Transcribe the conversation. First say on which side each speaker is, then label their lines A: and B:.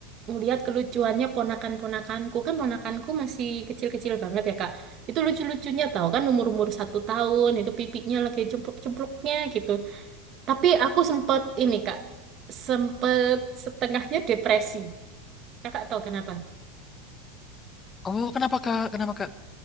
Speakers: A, on the right; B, on the left.
A: ngelihat kelucuannya ponakan-ponakanku. Kan ponakanku masih kecil-kecil banget ya, Kak. Itu lucu-lucunya tahu kan umur-umur satu tahun, itu pipinya lagi cempluk-cempluknya gitu. Tapi aku sempet ini, Kak, sempet setengahnya depresi. Kakak tahu kenapa?
B: Oh, kenapa kak? Kenapa kak?